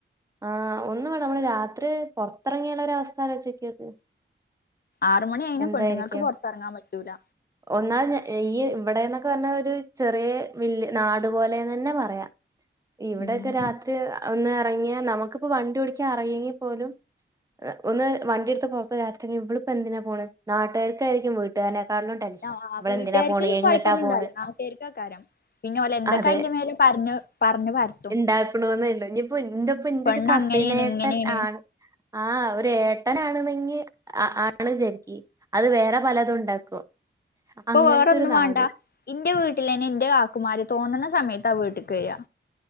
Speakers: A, on the right; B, on the left.
A: ആ ഒന്നും നമ്മള് രാത്രി പുറത്തിറങ്ങിയുള്ളര വസ്ഥ ആലോചിച്ചോക്കത്
B: ആറ് മണി ആയിന
A: എന്തായിരിക്കും
B: പെണ്ണുങ്ങൾക്ക് പുറത്തിറങ്ങാൻ പറ്റൂല
A: ഒന്നാല് ഞാ ഈയ്യ് ഇവിടെന്നൊക്കെ പറഞ്ഞാ ഒരു ചെറിയ വല്ല്യ നാട് പോലെന്ന് തന്നെ പറയാം ഇവിടൊക്കെ
B: ഉം
A: രാത്രി ഒന്നെറങ്ങിയാ നമുക്കിപ്പോ വണ്ടി ഓടിക്കാൻ അറിയെങ്കിൽ പോലും ഒന്ന് വണ്ടിയെടുത്ത് പൊറത്ത് രാത്രിയെറങ്ങി ഇവിളിപ്പോ എന്തിനാ പോണെ നാട്ടാര്ക്കായിരിക്കും വീട്ടാരനെ ക്കാലും ടെൻഷൻ
B: ആഹ്
A: ഇവളെന്തിനാ
B: വീട്ടുകാർക്ക്
A: പോണെ എങ്ങിട്ടാ
B: കൊഴപ്പൊന്നും
A: പോണെ
B: ഉണ്ടാവില്ല നാട്ടുകാർക്കാക്കാരം പിന്നെ ഓലെ എന്തൊക്കെ
A: അതെ
B: അയിന്റെ മേലെ പറഞ്ഞ് പറഞ്ഞ് പരത്തും
A: ഇണ്ടാക്കണോന്നേല്ലൂ ഇനിപ്പോ ഇന്റെപ്പ ഇന്റൊരു
B: പെണ്ണ്
A: കസിനായിട്ട്
B: അങ്ങനെയാണ് ഇങ്ങനെയാണ്
A: ആ ആഹ് ഒരു ഏട്ടനാണന്നെ ങ്കി ആണ് ശരിക്ക് അത് വേറെ പലതും ഉണ്ടാക്കും
B: ഇപ്പൊ
A: അങ്ങനത്തെ
B: വേറൊന്നും
A: ഒരു നാടു
B: വാണ്ട. ഇന്റെ വീട്ടിലെന്നെ ഇന്റെ കാക്കുമാര് തോന്നുന്ന സമയ ത്താ വീട്ടേക്ക് വെരാ